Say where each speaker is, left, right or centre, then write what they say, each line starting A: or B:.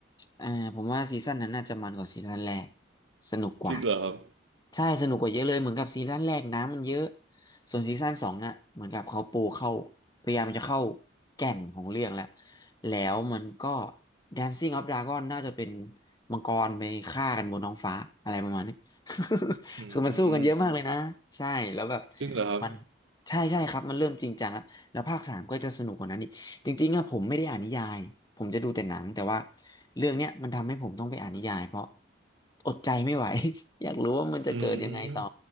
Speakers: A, on the left; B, on the right.
A: อ่าผมว่าซีซั่นนั้นน่าจะมันกว่าซีซั่นแรกสนุกกว่า
B: จริงเหรอครับ
A: ใช่สนุกกว่าเยอะเลยเหมือนกับซีซั่นแรกน้ำมันเยอะส่วนซีซั่นสองน่ะเหมือนกับเขาปูเข้าพยายามจะเข้าแก่นของเรื่องแหละแล้วมันก็ Dancing of Dragon น่าจะเป็นมังกรไปฆ่ากันบนท้องฟ้าอะไรประมาณนี้ <laughs>
B: อื
A: คือมันสู้กันเยอะมากเลยนะใช่แล้วแบบ
B: มจริงเหรอครับ
A: มันใช่ใช่ครับมันเริ่มจริงจังแล้วแล้วภาคสามก็จะสนุกกว่านั้น จริงๆอะผมไม่ได้อ่านนิยาย ผมจะดูแต่หนังแต่ว่าเรื่องเนี้ยมันทำให้ผมต้องไปอ่านนิยายเพราะอดใจไม่ไหว <laughs> อยากรู้ว่ามันจะเกิดยังไงต่อ
B: อืม